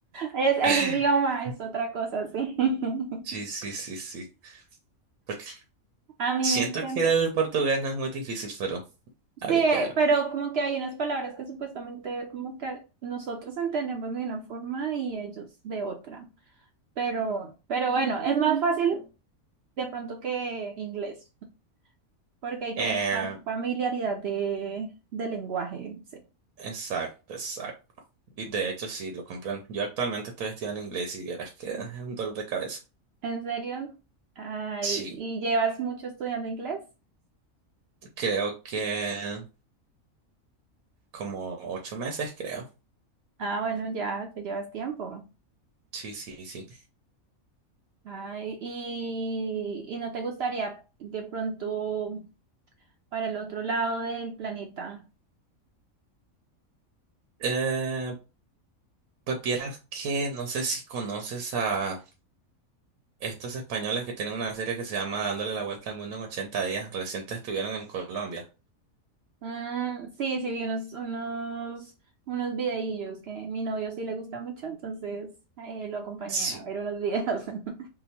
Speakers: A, on the right (about 65°); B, on the right (about 85°).
A: Es el
B: <laughs>
A: idioma, es otra cosa, sí. <laughs>
B: Sí, sí, sí, sí. Porque
A: A mí
B: siento
A: me encanta.
B: que el portugués no es muy difícil, pero habría
A: Sí,
B: que
A: eh,
B: ver.
A: pero como que hay unas palabras que supuestamente como que nosotros entendemos de una forma y ellos de otra. Pero, pero bueno, es más fácil de pronto que inglés, porque hay
B: Eh,
A: como más familiaridad de, de lenguaje. no sé.
B: exacto, exacto. Y de hecho, sí, lo comprendo. Yo actualmente estoy estudiando inglés y vieras que es un dolor de cabeza.
A: ¿En serio? Ay,
B: Sí,
A: ¿y llevas mucho estudiando inglés?
B: creo que como ocho meses, creo.
A: Ah, bueno, ya te llevas tiempo.
B: Sí, sí, sí.
A: Ay, y, y no te gustaría de pronto para el otro lado del planeta?
B: Eh, pues vieras que no sé si conoces a estos españoles que tienen una serie que se llama Dándole la vuelta al mundo en ochenta días. Recientes estuvieron en Colombia.
A: Mm, sí, sí, vi unos, unos, unos videillos que mi novio sí le gusta mucho, entonces eh, lo acompañé
B: Sí.
A: a ver unos videos. <laughs>